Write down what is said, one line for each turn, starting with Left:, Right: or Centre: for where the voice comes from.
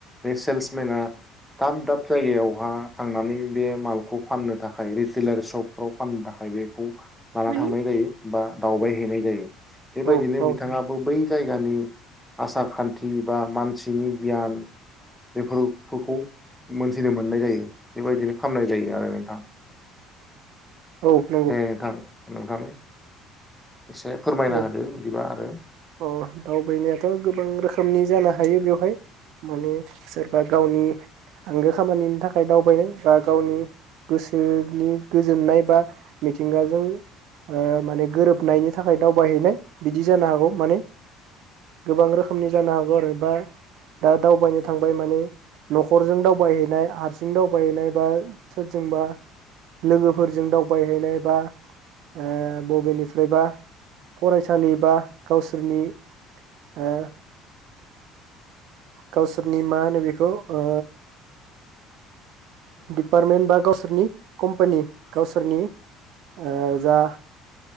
Centre: बे सेल्समेना दाब दाब जायगायावहा थांनानै बे मालखौ फाननो था थाखाय रिटेलार शपफोराव फाननो थाखाय बेखौ लाना
Right: माने
Centre: थांनाय जायो बा दावबाय हैैनाय जायो बेबायदिनो
Right: औ औ
Centre: बिथाङाबो बै जाय गामि आसा खान्थि बा मानसिनि बियान बेफोर फोरखौ मोन्थिनो मोन्नाय जायो बेबायदिनो खामनाय जायो आरो नोंथां।
Right: औ नंगौ।
Centre: दे नोंथां नोंथां एसे फोरमायना
Right: औ
Centre: होदो बिदिबा आरो
Right: अ दावबायनायाथ गोबां रोखोमनि जानो हायो बेवहाय माने सोर बा गावनि आंगो खामानिनि थाखाय दावबायो बा गावनि गोसोनि गोजोन्नाय बा मिथिंगाजों ओ माने गोरोबनायनि थाखाय दावबायहैनाय बिदि जानो हागौ माने गोबां रोखोमनि जानो हागौ आरो बा दा दावबायनो थांबाय माने नखरजों दावबायहैनाय हारसिं दावबायहैनाय बा सोरजोंबा लोगोफोरजों दावबायहैनाय बा ओ बबेनिफ्रायबा फरायसालि बा गावसोरनि ओ गावसोरनि मा होनो बेखौ ओ डिपार्टमेन्ट बा गावसोरनि कम्फानि गावसोरनि‌ ओ जा